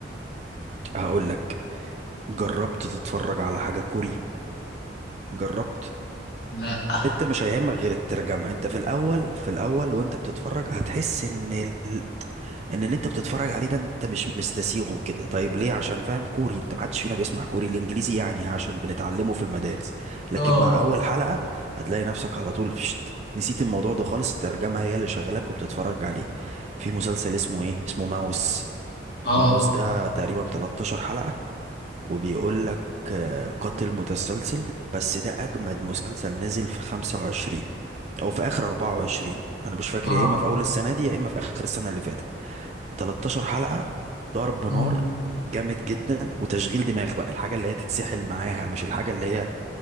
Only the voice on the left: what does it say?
لا
اه
اه
اه
مم.